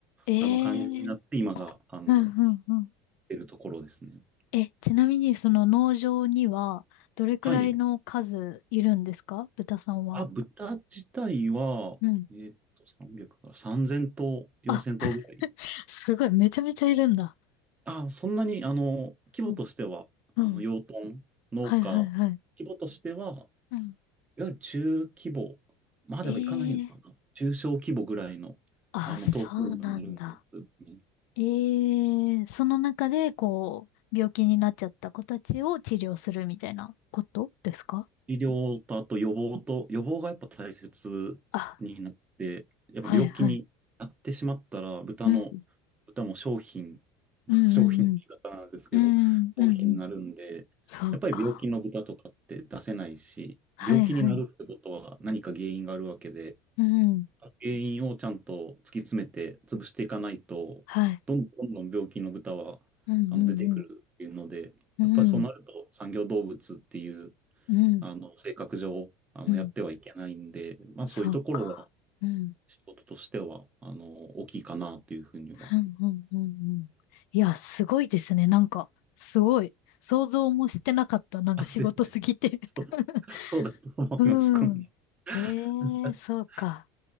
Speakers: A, on the left; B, on the right.
A: ええ、
B: あの感じになって、
A: うん
B: 今があの
A: うんうん。
B: 出るところですね。
A: え、ちなみにその農場にはどれくらいの数いるんですか豚さんは。
B: はい。あ、豚自体は、
A: うん。
B: えーっと、300か、3000頭、4000頭ぐらい。
A: あ、<laughs> すごい。めちゃめちゃいるんだ。
B: あ、そんなに、あの、規模としては、
A: うん。
B: あの、
A: うん。
B: 養豚、農家、
A: はいはいはい。
B: 規模としては、
A: うん。
B: いわゆる中規模まではいかないのかな。
A: ええ
B: 中小規模ぐらいの、
A: あ、
B: あの、
A: そうなんだ。
B: 頭数になるんですね。
A: ええその中で、こう、病気になっちゃった子たちを治療するみたいなことですか
B: 医療とあと予防と、予防がやっぱ大切になって、
A: あ、
B: やっぱ病気になってしまったら、
A: はいはい。
B: 豚の、
A: うん。
B: 豚も商品、<laughs>
A: うんうんうん。
B: 商品の言い方なんですけど、
A: うんうんうん。
B: 商品になるんで、
A: そうか。
B: やっぱり病気の豚とかって出せないし、
A: はいはい。
B: 病気になるってことは何か原因があるわけで、
A: うん。
B: 原因をちゃんと突き詰めて潰していかないと、
A: はい。
B: どんどんどんどん病気の豚はあの出てくるっていうので、
A: うんうんうん。うん。
B: やっぱりそうなると産業動物っていう
A: うん。
B: あの、性格上、あの、
A: うん。
B: やってはいけないんで、まあ、
A: そうか。
B: そういうところは、
A: うん。
B: 仕事としては、あの、大きいかなっていうふうには。
A: うんうんうんうん。いや、すごいですね。なんか、すごい。想像もしてなかった。
B: <laughs>
A: なんか仕事すぎて。
B: あ、全然、そう、
A: <laughs>
B: そうだと思います。
A: うん。
B: この
A: ええそうか。
B: <laughs>